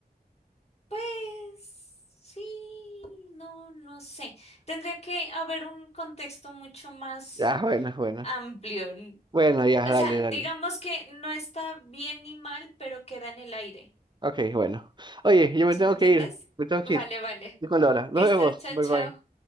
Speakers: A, on the left (about 40°); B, on the right (about 30°).
A: pues sí, no, no sé. Tendría que haber un contexto mucho más
B: Ya, bueno, bueno.
A: amplio.
B: Bueno, ya,
A: O
B: dale,
A: sea,
B: dale.
A: digamos que no está bien ni mal, pero queda en el aire.
B: Ok, bueno. Oye, yo me
A: ¿Sí
B: tengo
A: me entiendes?
B: que ir. Me tengo que
A: Vale,
B: ir.
A: vale.
B: Estoy con Laura. Nos
A: Listo,
B: vemos.
A: chao,
B: Bye
A: chao.
B: bye.